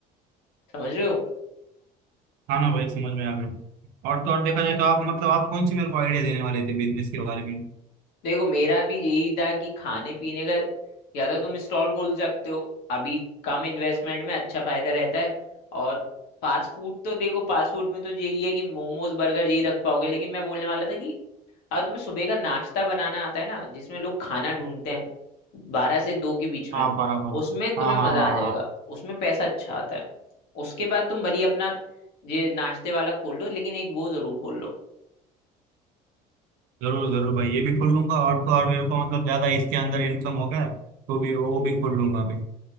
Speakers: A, on the left; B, on the right.
A: समझ रहे हो
B: हाँ ना भाई समझ में आ गई और तो और देखा जाए तो आप मतलब आप कौन सी मेरे को आइडिया देने वाले थे बिजनेस के बारे में
A: देखो मेरा भी यही था कि खाने पीने का या तो तुम स्टॉल खोल सकते हो अभी कम इन्वेस्टमेंट में अच्छा फायदा रहता है और फास्ट फूड तो देखो फास्ट फूड में तो यही है कि मोमोज बर्गर यही रख पाओगे लेकिन मैं बोलने वाला था कि अब तुम्हें सुबह का नाश्ता बनाना आता है ना जिसमें लोग खाना ढूंढते हैं बारह से दो के बीच में
B: हाँ बराबर
A: उसमें तुम्हें
B: हाँ हाँ
A: मजा
B: हाँ
A: आ जाएगा
B: हाँ
A: उसमें पैसा अच्छा आता है उसके बाद तुम भली अपना ये नाश्ते वाला खोल लो लेकिन एक वो जरूर खोल लो
B: जरूर जरूर भाई ये भी खोल लूंगा और तो और मेरे को मतलब ज्यादा इसके अंदर इनकम होगा तो भी वो भी खोल लूंगा मैं